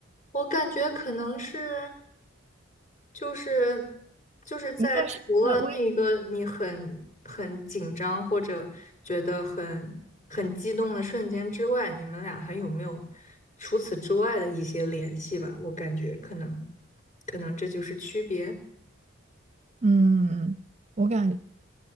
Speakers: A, on the left; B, on the right.
A: 我感觉可能是。就是就是在除了那一个你很很紧张或者觉得很很激动的瞬间之外，
B: 一个是在微，
A: 你们俩还有没有除此之外的一些联系吧？我感觉可能可能这就是区别。
B: 嗯，我感